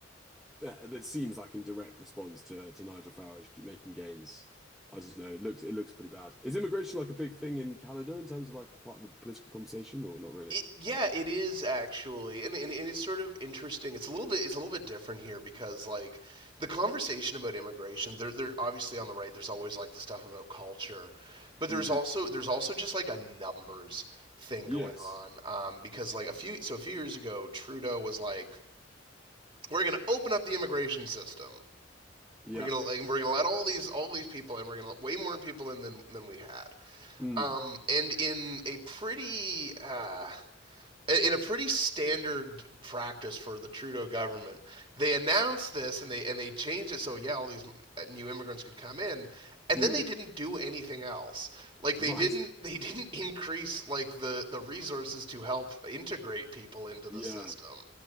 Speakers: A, in the centre; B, on the right.
A: that, that seems like in direct response to to Nigel Farage making gains. I just know it looks it looks pretty bad. Is immigration like a big thing in Canada in terms of like part of the political conversation or not really?
B: It, yeah, it is actually, and, and and it's sort of interesting. It's a little bit it's a little bit different here because like the conversation about immigration, they're they're obviously on the right. There's always like the stuff about culture, but there's
A: Mm.
B: also there's also just like a numbers thing
A: Yes.
B: going on um, because like a few so a few years ago, Trudeau was like, we're gonna open up the immigration system.
A: Yeah.
B: We're gonna like we're gonna let all these all these people in. We're gonna let way more people in than than we had.
A: Mm.
B: Um, and in a pretty uh, in a pretty standard practice for the Trudeau government, they announced this and they and they changed it so yeah, all these new immigrants could come in, and
A: Mm.
B: then they didn't do anything else. Like they
A: Right.
B: didn't they didn't increase like the the resources to help inter integrate people into
A: Yeah.
B: the system